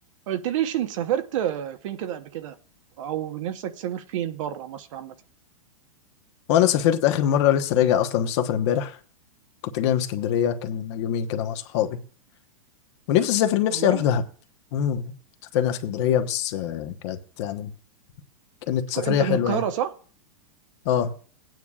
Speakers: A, on the right; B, on the left.
A: قلت ليش انت سافرت فين كده قبل كده او نفسك تسافر فين بره مصر عامه
B: وانا سافرت اخر مره لسه راجع اصلا من السفر امبارح كنت جاي من اسكندريه كان يومين كده مع صحابي ونفسي اسافر نفسي
A: والله
B: اروح دهب امم سافرنا اسكندريه بس آه، كانت يعني كانت
A: تكون-
B: سفريه
A: انت من
B: حلوه
A: القاهره
B: يعني
A: صح
B: اه